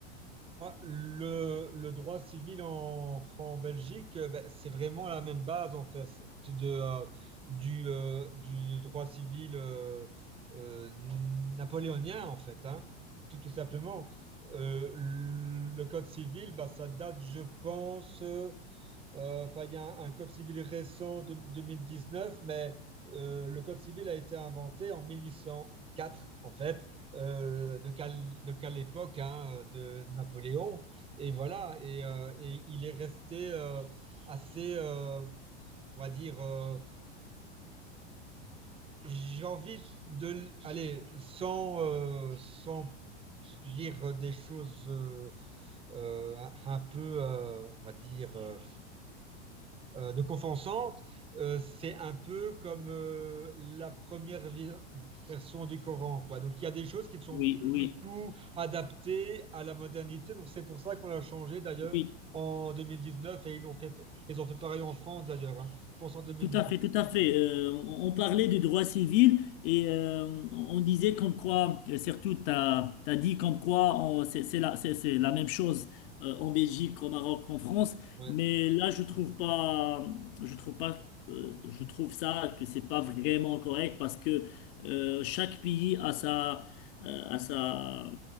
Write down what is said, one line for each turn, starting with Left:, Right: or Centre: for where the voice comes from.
Right: Ah, le, le droit civil en, en Belgique, euh, ben, c'est vraiment la même base en fait de, euh, du, euh, du droit civil euh, euh, napoléonien en fait, hein, tout, tout simplement. Euh, le code civil, bah ça date, je pense. euh, euh, Enfin, il y a un, un code civil récent de 2019, mais euh, le code civil a été inventé en 1804, en fait, euh, de quelle, de époque hein, de Napoléon. Et voilà, et, euh, et il est resté euh, assez, euh, on va dire, euh, j'ai envie de, allez, sans, euh, sans dire des choses euh, euh, un peu, euh, on va dire euh, euh, de Confensante, c'est un peu comme euh, la première vi- version du Coran, quoi. Donc il y a des choses qui ne sont
Left: Oui,
Right: plus
Left: oui,
Right: du tout adaptées à la modernité. Donc c'est pour ça qu'on l'a changé d'ailleurs
Left: oui.
Right: en 2019 et ils l'ont fait, ils ont fait pareil en France d'ailleurs. hein. Je pense en 2019.
Left: Tout à fait, tout à fait. Euh, on on parlait du droit civil et euh, on disait comme quoi, euh, surtout, tu as, dit comme quoi on- c'est c'est la, c'est- c'est la même chose euh, en Belgique, au Maroc, en France,
Right: Ouais.
Left: mais là, je trouve pas, je trouve pas, euh, je trouve ça que c'est pas vraiment correct parce que euh, chaque pays a sa, euh, a sa,